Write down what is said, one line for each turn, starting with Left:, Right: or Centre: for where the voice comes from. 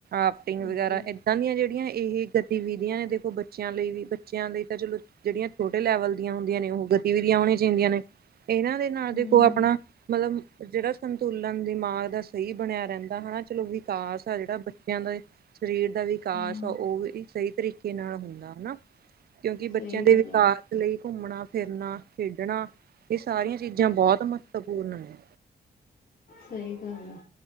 Right: ਆਫਟਿੰਗ
Left: ਹਾਂਜੀ
Right: ਵਗੈਰਾ ਇੱਦਾਂ ਦੀਆਂ ਜੇੜੀਆਂ ਇਹ ਗਤੀਵਿਧੀਆਂ ਨੇ ਦੇਖੋ ਬੱਚਿਆਂ ਲਈ ਵੀ ਬੱਚਿਆਂ ਦੇ ਚਲੋ। ਜਿਹੜੀਆਂ ਛੋਟੇ ਲੈਵਲ ਦੀਆਂ ਹੁੰਦੀਆਂ ਨੇ ਉਹ ਗਤੀਵਿਧੀਆਂ ਹੋਣੀਆਂ ਚਾਹੀਦੀਆਂ ਨੇ ਇਹਨਾਂ ਦੇ ਨਾਲ
Left: ਹੂੰ
Right: ਦੇਖੋ ਆਪਣਾ ਮਤਲਬ ਜੇੜਾ ਸੰਤੁਲਨ ਦਿਮਾਗ ਦਾ ਸਹੀ ਬਣਿਆ ਰੈਂਦਾ ਹਨਾ ਚਲੋ ਵਿਕਾਸ ਆ ਜੇੜਾ ਬੱਚਿਆਂ ਦਾ। ਸਰੀਰ ਦਾ ਵਿਕਾਸ
Left: ਹੂੰ
Right: ਆ ਉਹ ਵੀ ਸਹੀ ਤਰੀਕੇ ਨਾਲ ਹੁੰਦਾ ਹਨਾ। ਕਿਉਂਕਿ ਬੱਚਿਆਂ
Left: ਸਹੀ
Right: ਦੇ
Left: ਗੱਲ
Right: ਵਿਕਾਸ
Left: ਆ
Right: ਲਈ ਘੁੰਮਣਾ ਫਿਰਨਾ ਖੇਡਣਾ ਇਹ ਸਾਰੀਆਂ ਚੀਜ਼ਾਂ ਚੀਜ਼ਾਂ ਬੋਤ ਮਹੱਤਵਪੂਰਨ ਨੇ।
Left: ਸਹੀ ਗੱਲ ਆ